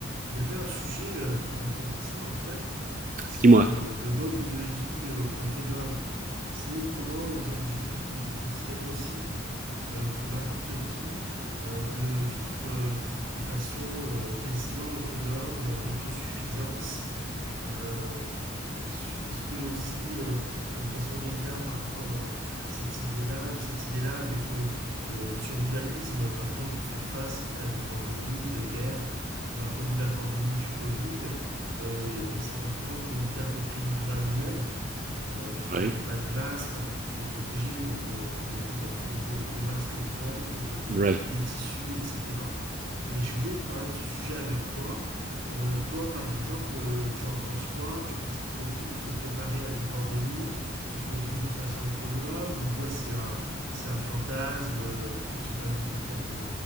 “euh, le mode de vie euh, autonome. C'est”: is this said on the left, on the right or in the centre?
Right